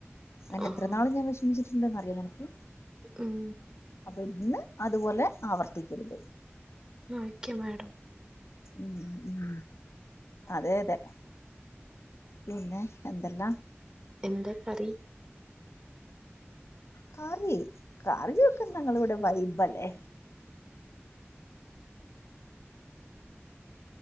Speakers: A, on the left; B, on the right.
A: അങ്ങനെ
B: ആഹ്
A: എത്ര നാളും ഞാൻ വിഷമിച്ചിട്ടുണ്ടന്ന് അറിയോ നിനക്ക്?
B: ഉം.
A: അപ്പൊ ഇന്ന് അതുപോലെ ആവർത്തിക്കരുത്.
B: Okay madam.
A: ഉം ഉം അതേ അതെ. പിന്നെ എന്തല്ലാം?
B: എന്താ കറി?
A: കാറി കാറി ഒക്കെ ങ്ങള ഇവിടെ വൈബല്ലേ.